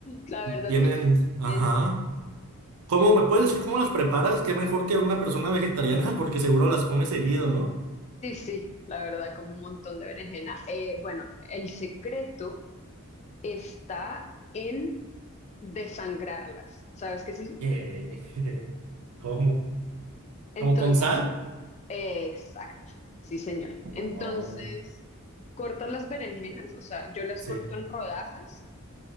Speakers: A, on the left (about 30°); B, on the right (about 85°).
A: la verdad
B: Tienen,
A: tienen su
B: ajá.
A: ciencia.
B: ¿Cómo me puedes decir cómo las preparas? Qué mejor que una persona vegetariana, <laughs> porque seguro las come seguido, ¿no?
A: Sí, sí, la verdad, como un montón de berenjena. Eh, bueno, el secreto está en desangrarlas. ¿Sabes qué es eso?
B: ¿Qué? <laughs> ¿Cómo?
A: Entonces,
B: ¿Cómo con sal?
A: eh, exacto, sí, señor.
B: Oh.
A: Entonces, cortas las berenjenas, o sea, yo las
B: Sí.
A: corto en rodajas